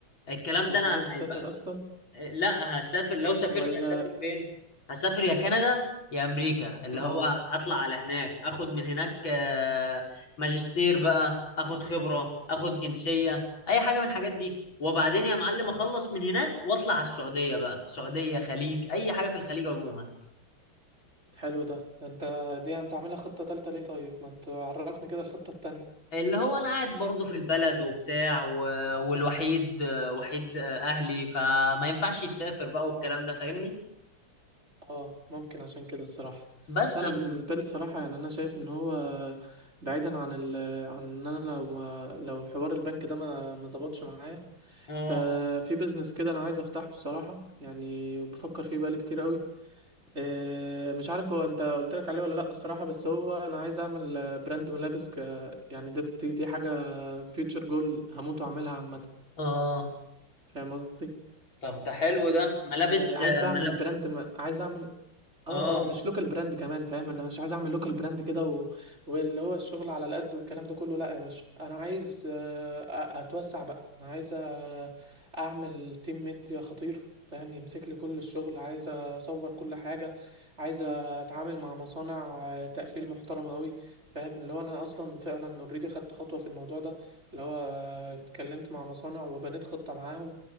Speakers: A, on the left; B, on the right.
A: الكلام
B: مش
A: ده أنا
B: عايز تسافر
A: هيبقى
B: اصلا
A: لا هسافر لو سافرت
B: ولا
A: هسافر فين؟ هسافر يا كندا يا أمريكا اللي
B: اه
A: هو هطلع على هناك أخد من هناك آه، ماجستير بقى أخد خبرة أخد جنسية أي حاجة من الحاجات دي وبعدين يا معلم أخلص من هناك وأطلع على السعودية بقى سعودية خليج أي حاجة في الخليج عموما
B: حلو ده ده انت دي انت عاملها خطة تالتة ليه طيب ما تعرفني كده الخطة التانية
A: اللي هو انا قاعد برضه في البلد وبتاع و... والوحيد آه، وحيد آه، اهلي فما ينفعش يسافر بقى والكلام ده فاهمني
B: اه ممكن عشان كده الصراحة
A: بس
B: لا انا
A: الخ...
B: بالنسبة لي الصراحة يعني انا شايف ان هو بعيدا عن ال عن ان انا لو ما لو حوار البنك ده ما ما ظبطش معايا
A: اه
B: ففي بيزنس كده انا عايز افتحه الصراحة يعني وبفكر فيه بقالي كتير قوي إيه، مش عارف هو انت قلت لك عليه ولا لا الصراحه بس هو انا عايز اعمل آه، براند ملابس ك يعني دي دي دي حاجه فيوتشر جول هموت واعملها عامه
A: اه
B: فاهم قصدي
A: طب ده حلو ده ملابس
B: إيه، عايز
A: آه،
B: بقى
A: ملاب
B: اعمل براند م... عايز اعمل اه
A: اه
B: اه مش لوكال براند كمان فاهم اللي انا مش عايز اعمل لوكال براند كده و... واللي هو الشغل على القد والكلام ده كله لا يا باشا انا عايز آه، أ- اتوسع بقى انا عايز آه، اعمل تيم ميديا خطير فاهم يمسك لي كل الشغل عايز اصور كل حاجة عايز اتعامل مع مصانع آه، تقفيل محترمة قوي فاهم اللي هو انا اصلا فعلا اوريدي خدت خطوة في الموضوع ده اللي هو آه، اتكلمت مع مصانع وبنيت خطة معاهم